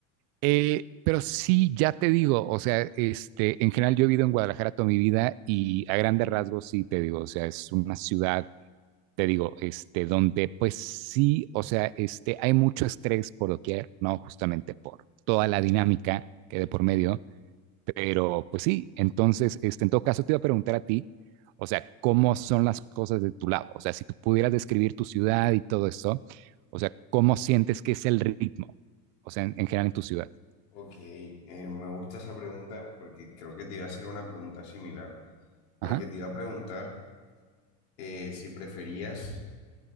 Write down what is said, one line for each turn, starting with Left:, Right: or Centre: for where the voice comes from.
Right: Eh, pero sí, ya te digo, o sea, este, en general yo he vivido en Guadalajara toda mi vida y a grandes rasgos sí te digo, o sea, es una ciudad, te digo, este, donde pues sí, o sea, este, hay mucho estrés por doquier, ¿no? Justamente por toda la dinámica que de por medio, pero pues sí, entonces, este, en todo caso te iba a preguntar a ti, o sea, ¿cómo son las cosas de tu lado? O sea, si tú pudieras describir tu ciudad y todo esto, o sea, ¿cómo sientes que es el ritmo? O sea, en, en general en tu ciudad.
Left: Ok, eh, me gusta esa pregunta porque creo que te iba a hacer una pregunta similar, porque
Right: Ajá,
Left: te iba a preguntar eh, si preferías